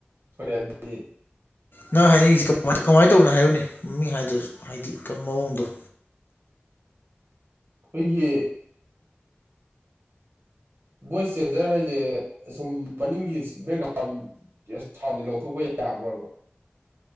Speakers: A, on the right; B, on the left.
A: ꯁꯣꯢꯔꯦ ꯍꯥꯏꯕꯗꯤ
B: ꯅꯪ ꯍꯥꯏꯅꯤꯡꯉꯤꯁꯤ ꯀꯃꯥꯏꯅ ꯇꯧꯅꯣ ꯍꯥꯏꯌꯨꯅꯦ ꯃꯃꯤꯡ ꯍꯥꯏꯗ꯭ꯔꯁꯨ ꯍꯥꯏꯗꯤ ꯃꯑꯣꯡꯗꯣ
A: ꯑꯩꯒꯤ ꯚꯣꯏꯁ ꯆꯦꯟꯖꯔ ꯍꯥꯏꯁꯦ ꯁꯨꯝ ꯃꯅꯤꯡꯒꯤ ꯕꯦꯛꯒ꯭ꯔꯥꯎꯟ ꯖꯦꯁ ꯁꯥꯎꯟꯖꯦ ꯂꯧꯊꯣꯛꯄ ꯌꯥꯕ꯭ꯔꯕ